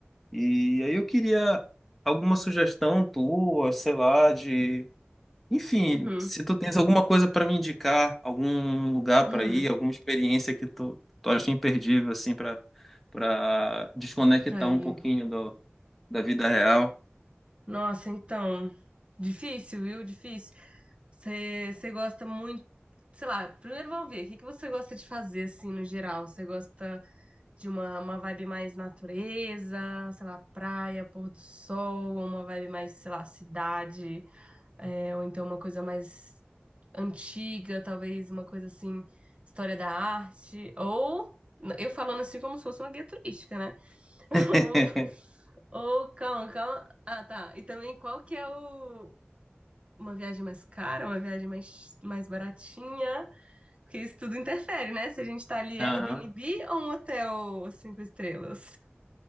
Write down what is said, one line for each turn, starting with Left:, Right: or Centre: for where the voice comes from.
Centre: E aí eu queria alguma sugestão tua, sei lá, de Enfim,
Right: Uhum,
Centre: se tu tens alguma coisa para me indicar, algum lugar
Right: uhum.
Centre: para ir, alguma experiência que tu, tu acha imperdível, assim, para para desconectar
Right: Aí,
Centre: um pouquinho do, da vida real.
Right: nossa, então, difícil, viu? Difícil. Você você gosta muito, sei lá, primeiro vamos ver, o que que você gosta de fazer, assim, no geral? Você gosta de uma, uma vibe mais natureza, sei lá, praia, pôr do sol, ou uma vibe mais, sei lá, cidade, é, ou então uma coisa mais antiga, talvez uma coisa assim, história da arte, ou eu falando assim como se fosse uma guia turística, né? <laughs>
Centre: <laughs>
Right: Ou, ou calma, calma. Ah, tá. E também qual que é o uma viagem mais cara, uma viagem mais, mais baratinha, porque isso tudo interfere, né? Se a gente tá ali
Centre: Aham.
Right: Airbnb ou um hotel cinco estrelas.